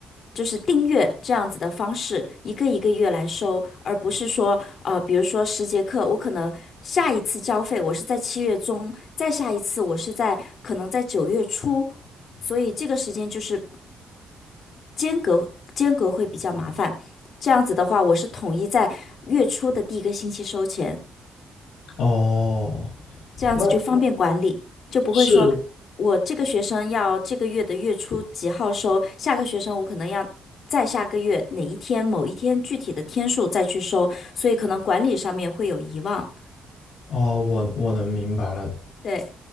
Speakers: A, on the left; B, on the left.
A: 就是订阅这样子的方式，一个一个月来收，而不是说呃比如说十节课，我可能下一次交费我是在七月中，再下一次我是在可能在九月初，所以这个时间就是间隔间隔会比较麻烦。这样子的话，我是统一在月初的第一个星期收钱，
B: 哦，
A: 这样子就方便管理，
B: 那
A: 就不会说我这个学生要这个月的月初几号收，
B: 是
A: 下个学生我可能要再下个月哪一天某一天具体的天数再去收，所以可能管理上面会有遗忘。
B: 哦，我我能明白了，
A: 对，